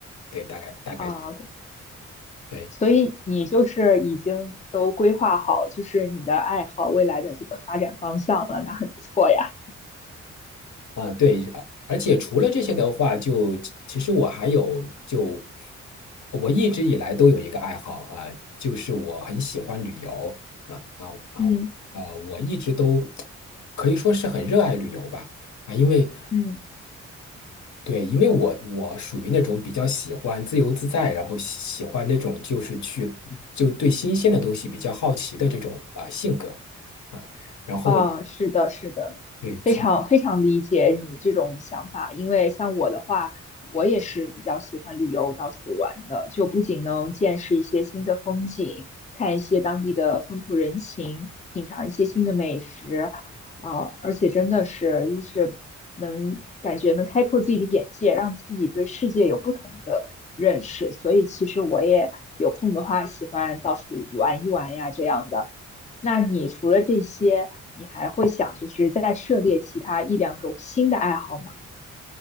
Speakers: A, on the left; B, on the left.
A: 对，大概大概
B: 啊，
A: 对
B: 所以你就是已经都规划好，就是你的爱好未来的这个发展方向了，那很不错呀。
A: 啊，对，而而且除了这些的话，就其实我还有就我一直以来都有一个爱好啊，就是我很喜欢旅游啊啊啊
B: 嗯
A: 啊，我一直都可以说是很热爱旅游吧啊，因为。
B: 嗯。
A: 对，因为我我属于那种比较喜欢自由自在，然后喜喜欢那种就是去就对新鲜的东西比较好奇的这种啊、性格啊，然后
B: 啊，是的，是的，
A: 对从
B: 非常非常理解你这种想法，因为像我的话，我也是比较喜欢旅游到处玩的，就不仅能见识一些新的风景，看一些当地的风土人情，品尝一些新的美食，啊，而且真的是就是能感觉能开拓自己的眼界，让自己对世界有不同的认识，所以其实我也有空的话，喜欢到处玩一玩呀，这样的。那你除了这些，你还会想就是再涉猎其他一两种新的爱好吗？